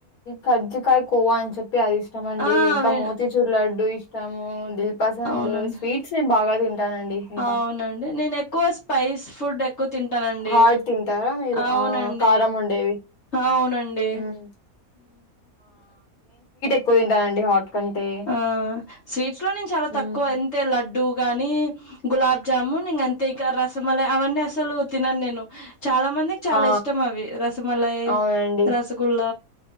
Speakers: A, on the left; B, on the left.
A: కజ్జ కాయ కోవా అని చెప్పి అది ఇష్టమ అండి
B: ఆ!
A: ఇంకా
B: అవే
A: మోతీచూరు లడ్డు ఇష్టం ము ది పస
B: అవునండి.
A: స్వీట్స్ నే బాగా తింటానండి ఇంకా
B: అవునండి నేను ఎ ఎక్కువ స్పైస్ ఫుడ్ ఎ ఎక్కువ తింటానండి
A: హాట్ తింటారా మీరు
B: అవునండి
A: ఆ కారం ఉండేవి
B: అవునండి
A: మ్మ్ తింటాడి హాట్ కంటే
B: ఆ స్వీట్స్ లో నేను చాలా
A: మ్మ్
B: తక్కువ అంతే లడ్డుూ కాగానీ గులాబ్జామున్ ఇక అంతే ఇ రసమల అవన్నీ అసలు తినను నేను చాలా మందికి చాలా
A: ఆ
B: ఇష్టం అవి రసమలాయి
A: అవునండి
B: రసగుల్ల